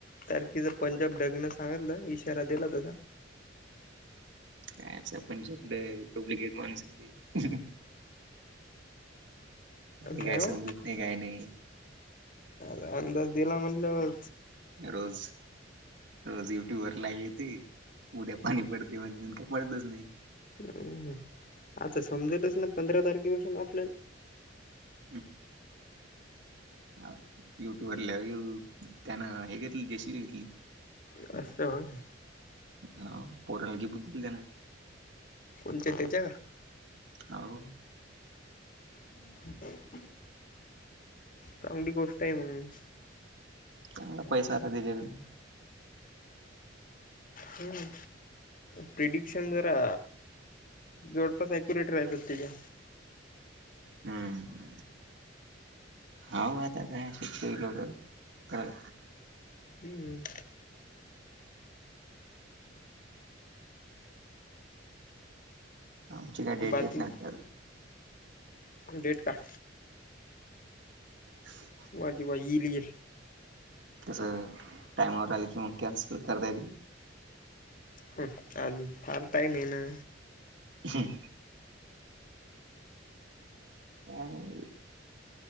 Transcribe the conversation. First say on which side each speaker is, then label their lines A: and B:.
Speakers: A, on the left (about 45°); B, on the right (about 70°).
A: तारखीचा पंजाब डकनं सांगितलं इशारा दिला तसा.
B: कायचा पंजाब डक ड्यूप्लिकेट माणूस हाय ते. हेकाय
A: नाही हो
B: समजत नाही, काय नाही
A: अंदाज दिला म्हणल्यावर
B: रोज रोजं युट्यूबवर लाईव्ह येते. उद्या पाणी पडते म्हणत पण काय पडतच नाही.
A: <unintelligible> आता समजेलच ना पंधरा तारखेपासून आपल्या
B: हं हाव युट्यूबवर लाईव्ह त्यानं हे घेतलं जशी घेतली.
A: <unintelligible>
B: हाव पोराला गिफ्ट दिली त्यानं.
A: कोणच्या तेच्या का?
B: हाव.
A: हं. चांगली गोष्ट आहे मग.
B: चांगला पैसा हाय आता त्याच्याकडं.
A: हं प्रिडिक्शन जरा जोडपच ऍक्युरेट राहत तेच्या.
B: हम्म. हाव आता काय शेतकरी लोक करा
A: हम्म.
B: आमची काय डेट
A: बाकी
B: येत नाही
A: डेट काय?
B: ह <unintelligible>
A: वाजी <unintelligible> लियस.
B: कसं टाइमावर आलं की मग कॅन्सल करता येत ते.
A: <unintelligible> पार्ट टाइम आहे ना.
B: हम् <unintelligible>